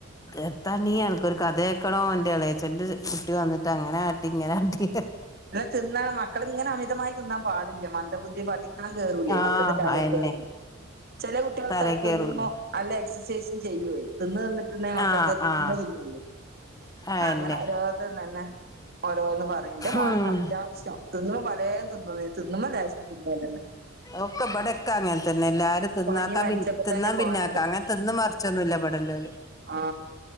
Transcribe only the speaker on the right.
അല്ല തിന്നാൻ മക്കളിങ്ങനെ അമിതമായി തിന്നാൻ പാടില്ല മ ബുദ്ധി പാഠിക്കാൻ കേറൂലേ
മക്കക്ക് തലേ
കേറൂലേ ചെല കുട്ടികൾ
തിന്നു നല്ല എക്സസൈസും ചെയ്യുഏ തിന്നുതിന്നി കിട്ട്ണ മക്കക്ക്
തിന്നണംന്നില്ലല്ലോ
അങ്ങനെ ഓരോര്ത്തരും തന്നെ ഓരോന്ന് പറയ്ണ്ട് എന്റെമോന്ന്
അത്യാവശ്യം തിന്നുമ്പം പാലേം തിന്നും തിന്നുമ്പോ ലേശം തിന്നലെന്നെ
പനി പനിച്ചപ്പോ
തന്നെ കോലം
ആ